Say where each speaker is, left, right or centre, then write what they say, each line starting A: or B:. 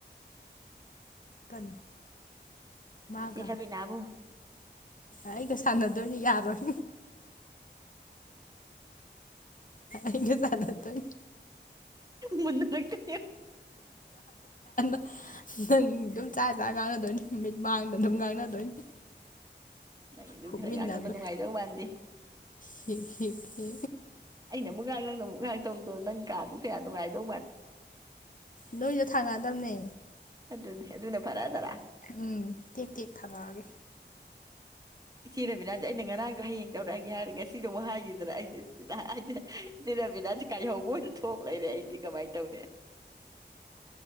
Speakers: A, on the left; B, on the right.
A: ꯀꯅꯤ ꯃꯥꯒ
B: ꯆꯦ ꯔꯕꯤꯅꯥꯕꯨ
A: ꯑꯩꯒ ꯁꯥꯟꯅꯗꯣꯏꯅꯤ ꯌꯥꯔꯣꯏ ꯑꯩꯒ ꯁꯥꯟꯅꯗꯣꯏꯅꯤ
B: ꯃꯨꯟꯅꯔꯛꯇꯣꯏꯅꯦ
A: ꯑ ꯑꯗꯨꯝ ꯆꯥꯛ ꯆꯥ ꯀꯥꯟꯅꯗꯣꯏꯅꯤ ꯅꯨꯃꯤꯠ ꯃꯥꯡꯗ ꯑꯗꯨꯝ ꯉꯥꯡꯅꯗꯣꯏꯅꯤ
B: ꯅꯪꯒꯤꯗꯨ
A: ꯍꯨꯞꯃꯤꯟꯅꯗꯣꯏ
B: ꯈꯔ ꯉꯥꯡꯅꯕ ꯅꯨꯡꯉꯥꯏꯗꯧ ꯃꯥꯟꯗꯦ
A: ꯍꯤ ꯍꯤ ꯍꯤ
B: ꯑꯩꯅ ꯑꯃꯨꯛ ꯉꯥꯡ ꯅꯪꯅ ꯑꯃꯨꯛ ꯉꯥꯡꯇꯧꯗꯣ ꯅꯪ ꯀꯥꯗ ꯀꯌꯥ <unintelligible>
A: ꯅꯣꯏꯗ ꯊꯥꯡꯉꯛꯑꯗꯕꯅꯦ
B: <unintelligible> ꯑꯗꯨꯅꯦ ꯑꯗꯨꯅ ꯐꯔꯥ ꯇꯔꯥ
A: ꯎꯝ ꯇꯦꯛ ꯇꯦꯛ ꯊꯥꯡꯉꯛ ꯑꯒꯦ꯫
B: ꯏꯆꯦꯔꯕꯤꯅꯥꯁꯦ ꯑꯩꯅ ꯉꯔꯥꯡꯗ ꯍꯌꯦꯡ ꯇꯧꯔꯛꯑꯒꯦ ꯍꯥꯏꯔꯦ ꯉꯁꯤꯗꯨꯛ ꯍꯥꯏꯈꯤꯗꯅ ꯑꯩꯗꯤꯁ ꯏꯆꯦꯔꯕꯤꯅꯥꯁꯦ ꯀꯥꯏꯍꯧꯕ ꯑꯣꯏꯅ ꯊꯣꯛ ꯂꯩꯔꯦ ꯑꯩꯗꯤ ꯀꯃꯥꯏꯅ ꯇꯧꯅꯤ